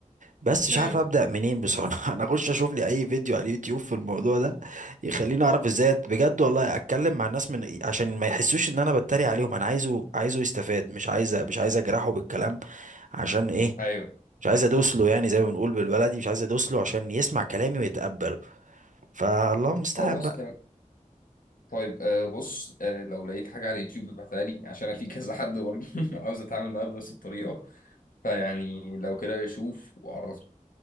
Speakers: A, on the right; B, on the left.
A: بس مش
B: ايوه
A: عارف ابدا منين بصراحه <laughs> انا اخش اشوف لي اي فيديو على اليوتيوب في الموضوع ده يخليني اعرف ازاي أت- بجد والله اتكلم مع الناس من إيه، عشان ما يحسوش ان انا بتريق عليهم انا عايزه عايزه يستفاد مش عايز مش عايز اجرحه بالكلام عشان ايه
B: ايوه
A: مش عايز ادوس له يعني زي ما بنقول بالبلدي مش عايز ادوس له عشان يسمع كلامي ويتقبله فالله المستعان
B: خلاص
A: بقى.
B: طيب آه بص آه لو لقيت حاجة على اليوتيوب ابعتها لي عشان أنا في كذا حد برضه <laughs> عاوز أتعامل معاه بنفس الطريقة فيعني لو كده شوف وعرفني